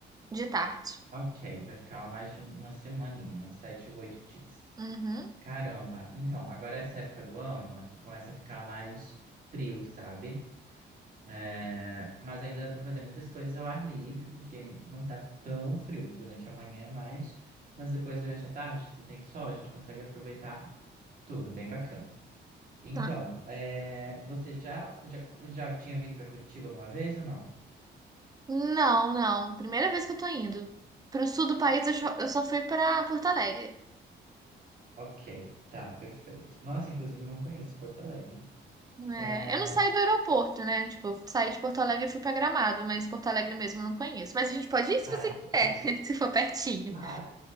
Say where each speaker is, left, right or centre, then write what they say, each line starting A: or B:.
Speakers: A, on the right; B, on the right.
A: de tarde.
B: Ok, vai ficar mais de um- uma semaninha, uns sete ou oito dias.
A: Uhum.
B: Caramba, então, agora é essa época do ano, aqui começa a ficar mais frio, sabe? É, mas ainda dá para fazer muitas coisas ao ar livre, porque não tá tão frio durante a manhã, mas, mas depois durante a tarde, se tem sol, a gente consegue aproveitar tudo, bem bacana. Então,
A: Tá.
B: é, você já, já, já tinha vindo para Curitiba alguma vez ou não?
A: Não, não. Primeira vez que eu tô indo. Pro sul do país, eu cho- eu só fui pra Porto Alegre.
B: Ok, tá, perfeito. Nossa, inclusive não conheço Porto Alegre.
A: É,
B: É,
A: eu não saio do aeroporto, né? Tipo, eu saí de Porto Alegre e fui pra Gramado, mas Porto Alegre mesmo eu não conheço. Mas a gente pode ir se
B: Ah,
A: você
B: entendi.
A: quiser, <laughs> se for pertinho.
B: Claro!